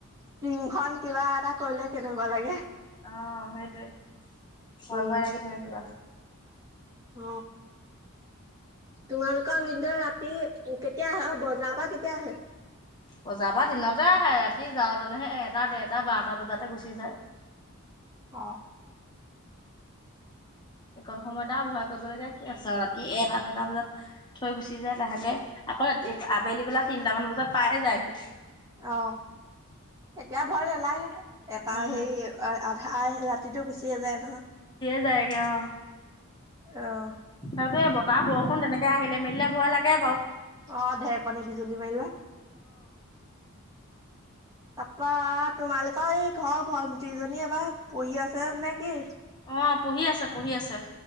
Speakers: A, on the right; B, on the left.
A: টিংখন কিবা এটা কৰিলে কেনেকুৱা লাগে।
B: অ সেইটোৱে ভয়
A: উম।
B: ভয় লাগি থাকে কিবা।
A: অ তোমালোকৰ ভিনদউ ৰাতি কেতিয়া আহে, অ বজাৰ পৰা কেতিয়া আহে?
B: বজাৰ পৰা দিনতে আহে, ৰাতি যাওঁ তেনেহে এটা দেৰটা বাৰটা বজাতে গুচি যায়।
A: <inaudible> অ। <inaudible>
B: সে কন সময়ত আৰু ভয় কৰিব লগীয়া কি আছে আৰু, ৰাতি এটা ডেৰটা বজাত থৈ গুচি যায় লাহেকে। আকৌ ৰা আবেলি বেলা তিনটামান বজাত পাই যায়হি।
A: অ। এতিয়া ভয় নালগে, এটা
B: উম
A: সেই আধা ৰাতিটো গুচি গুছিয়ে যায় নহয়।
B: গুছিয়ে যায়গে অ।
A: অ।
B: মুঠতে বতাহ, বৰষুণ তেনেকে আহিলে মেলিলে ভয় লাগে বাৰু।
A: অ ঢেৰকণী বিজুলী মাৰিলে। তাপা আকৌ এই ঘৰ ভন্টিজনী এবাৰ পঢ়ি আছেনে কি?
B: অ পঢ়ি আছে পঢ়ি আছে।